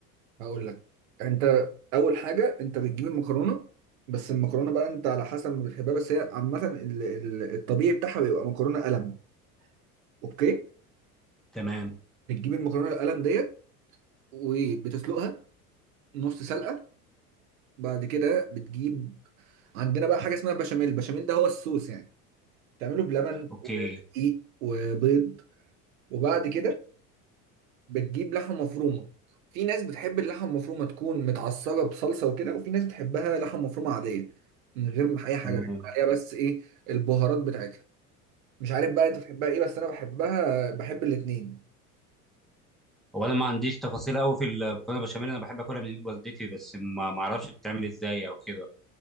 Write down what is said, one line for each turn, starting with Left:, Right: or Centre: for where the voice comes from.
Right: هقول لك انت اول حاجه انت بتجيب المكرونه بس المكرونه بقى انت على حسب ما بتحبها بس هي عامه ال- ال- الطبيعي بتاعها بيبقى مكرونه قلم اوكي
Centre: تمام
Right: بتجيب المكرونه القلم ديت وبتسلقها نص سلقه بعد كده بتجيب عندنا بقى حاجه اسمها بشاميل البشاميل ده هو الصوص يعني تعمله بلبن
Centre: اوكي
Right: ودقيق وبيض وبعد كده بتجيب لحمة مفرومة في ناس بتحب اللحمة المفرومة تكون متعصرة بصلصة وكده وفي ناس بتحبها لحمة مفرومة عادية من غير ما أي حاجة
Centre: تمام
Right: بيحط عليها بس إيه البهارات بتاعتها مش عارف بقى أنت بتحبها إيه بس أنا بحبها بحب الاتنين
Centre: هو انا ما عنديش تفاصيل قوي في المكرونه البشاميل انا بحب اكلها من ايد والدتي بس ما ما اعرفش بتتعمل ازاي او كده